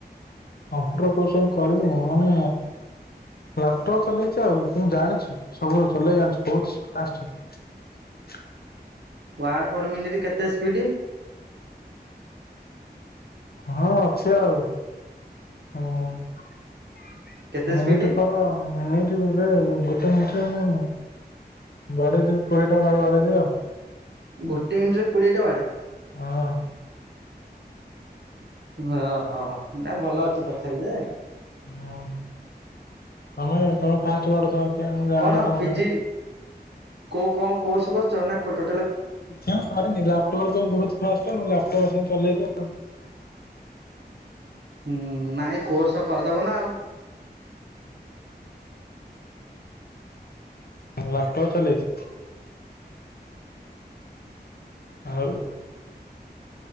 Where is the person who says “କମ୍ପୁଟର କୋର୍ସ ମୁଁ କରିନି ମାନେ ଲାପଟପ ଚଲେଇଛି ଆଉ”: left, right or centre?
Left